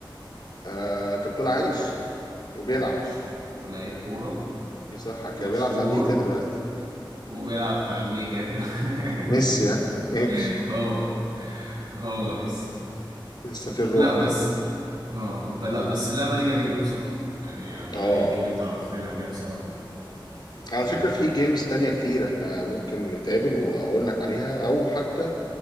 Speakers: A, on the left; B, on the right.
A: آه انت بتقول عايش وبيلعب
B: عايش ولاعيب كورة
A: في صحه
B: ومشهور
A: كده بيلعب في امريكا دلوقتي
B: وبيلعب في امريكا دلوقتي.
A: ميسي ها ماشي
B: <laughs> هو هو ميسي
A: لسه في الروح
B: لا بس
A: كده
B: اه ب- لا
A: مم.
B: بس اللعبة دي جميلة بصراحة يعني انا
A: اه
B: حقيقي اللي انت عرفتني عليها بصراحة
A: على
B: وخلاص
A: فكرة في جيمز تانية كتير احنا ممكن نتقابل واقول لك عليها او حتى